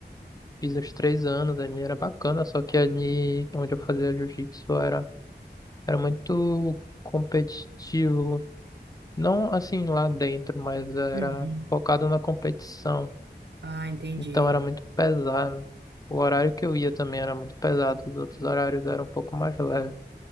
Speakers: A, on the left; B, on the right.
A: fiz uns três anos ali, era bacana, só que ali onde eu fazia jiu-jitsu era, era muito competitivo. Não assim lá dentro, mas era
B: Uhum.
A: focado na competição.
B: Ah, entendi.
A: Então era muito pesado. O horário que eu ia também era muito pesado, os outros horários eram um pouco mais leves.